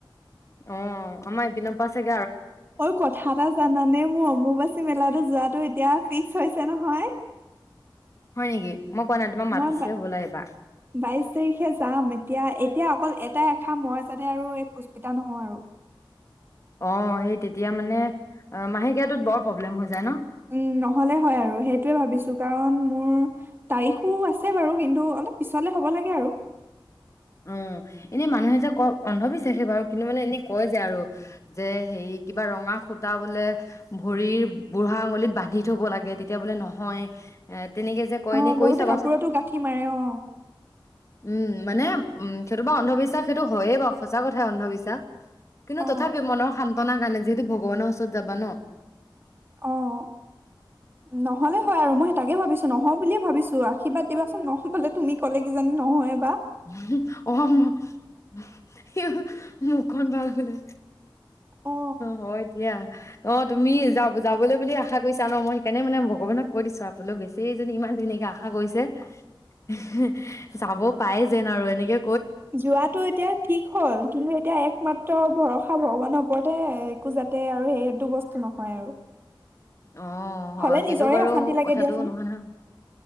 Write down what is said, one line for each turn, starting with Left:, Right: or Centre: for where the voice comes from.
Left: অ আমা এইপিনপা ছাগে।
Right: ঐ কথা এটা জানানে, মোৰ অম্বুবাচী মেলাতো। যোৱাটো এতিয়া ফিক্স হৈছে নহয়।
Left: হয় নেকি? মই কোৱা নাই তোমাক মাতিছে
Right: মই,
Left: হ'বলা এইবাৰ।
Right: বাইশ তাৰিখে যাম। এতিয়া', এতিয়া। অকল এটা এষা মই যাতে আৰু এই পুষ্পিতা নহওঁ আৰু।
Left: অ সেই তেতিয়া মানে। অ মাহেকীয়াটোত বৰ প্ৰব্লেম হৈ যায় ন।
Right: উম, নহ'লে হয়। আৰু, সেইটোৱেই ভাবিছোঁ কাৰণ, মোৰ তাৰিখ খু আছে বাৰু, কিন্তু অলপ পিছলে হ'ব লাগে, আৰু
Left: উম, এনে মানুহে যে কয়, অন্ধবিশ্বাসেই বাৰু। কিন্তু, মানে, এনে কয় যে, আৰু যে, হেৰি, কিবা ৰঙা সুতা বোলে ভৰিৰ বুঢ়া আঙুলিত বান্ধি থ'ব লাগে। তেতিয়া বোলে নহয়, এ তেনেকে যে কয়,
Right: অ
Left: এনেই কৰি
Right: বহুতে
Left: চাবাচোন।
Right: কাপোৰতো গাঁঠি মাৰে অ
Left: উম, মানে উম, সেইটো বাৰু অন্ধবিশ্বাস। সেইটো হয়য়েই বাৰু। সঁচা কথা, অন্ধবিশ্বাস কিন্তু,
Right: অ
Left: তথাপিও, মনৰ শান্তি ঘটনা কাৰণে, যিহেতু ভগৱানৰ ওচৰত যাবা ন
Right: অ', নহ'লে হয় আৰু, মই সেই টাকেই ভাবিছোঁ। নহওঁ বুলিয়েই ভাবিছোঁ। আশীৰ্বাদ দিবাচোন নহ'বলে, তুমি ক'লে, কিজানি নহয়েই
Left: <unintelligible> অ', <unintelligible> মুখখন ভাল হ'লে
Right: অ
Left: হয় দিয়া অ', তুমি যাব, যাবলৈ বুলি আশা কৰিছা ন। মই সেইকাৰণে, মানে, ভগৱানক কৈ দিছোঁ আও বোলো, বেচেৰীজনী, ইমান ধুনীয়াকে আ আশা কৰিছে <unintelligible> যাব পাই যেন, আৰু এনেকে
Right: যোৱাটো এতিয়া ঠিক হ'ল। কিন্তু, এতিয়া একমাত্ৰ ভৰসা, ভগৱানৰ ওপৰতে। একো যাতে আৰু সেইটো বস্তু নহয়, আৰু
Left: অ', হয়।
Right: হ'লে
Left: সেইটো
Right: নিজৰে
Left: বাৰু
Right: অশান্তি লাগে
Left: কথাটো
Right: দিয়াচোন
Left: নোহোৱা নহয়।